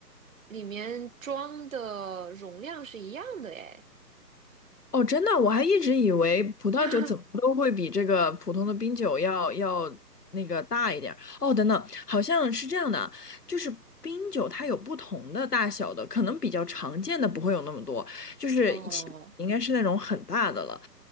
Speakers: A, on the right; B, on the left.
A: 里面装的容量是一样的诶。
B: 哦，真的，我还一直以为葡萄酒怎么都会比这个普通的冰酒要要那个大一点儿。
A: <laughs>
B: 哦，等等，好像是这样的啊就是冰酒它有不同的大小的，可能比较常见的不会有那么多，就是起应该是那种很大的了，
A: 哦